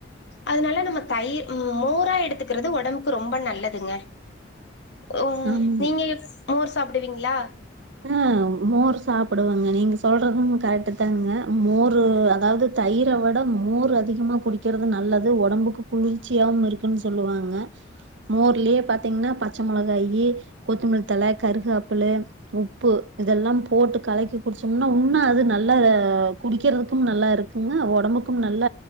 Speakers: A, on the left; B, on the right.
A: அதனால நம்ம தயிர் மோரா எடுத்துக்கிறது ஒடம்புக்கு ரொ ரொம்ப நல்லதுங்க ஓ
B: ஆமாங்க
A: நீங்க மோர் சாப்டுவீங்ளா
B: அ மோர் சாப்டுவங்க நீங்க சொல்றது கரெக்ட் தானுங்க மோரு அதாவ்து தயிர விட மோர் அதிகமா குடிக்கிறது நல்லது ஒடம்புக்கு குளிர்ச்சியாவு இருக்குன்னு சொல்லுவாங்க மோர்லியே பாத்தீங்ன்னா பச்ச மொளகாயி கொத்தமலித்தழ கருகாப்புலு உப்பு இதல்லா போட்டு கலக்கி குடிச்சம்னா உன்னா அது நல்லா குடிக்கிறதுக்கு நல்லாருக்குங்க ஒடம்புக்கும் நல்ல